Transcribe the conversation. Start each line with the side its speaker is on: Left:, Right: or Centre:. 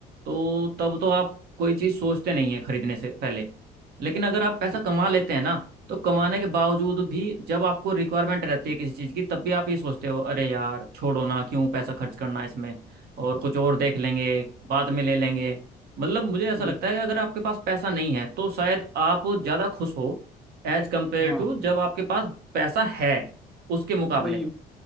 Right: तो तब तो आप कोई चीज सोचते नहीं है खरीदने से पहले लेकिन अगर आप पैसा
Centre: सही
Right: कमा लेते हैं ना तो कमाने के बावजूद भी जब आपको रिक्वायरमेंट रहती है किसी चीज की तब भी आप ये सोचते हो अरे यार छोड़ो ना क्यों पैसा खर्च करना इसमें और कुछ और देख लेंगे बाद में ले लेंगे मतलब मुझे ऐसा लगता
Centre: बिल्कुल
Right: है कि अगर आपके पास पैसा नहीं है तो शायद आप ज्यादा खुश हो एज कंपेयर
Centre: हाँ
Right: टू जब आपके पास पैसा है उसके मुकाबले
Centre: वही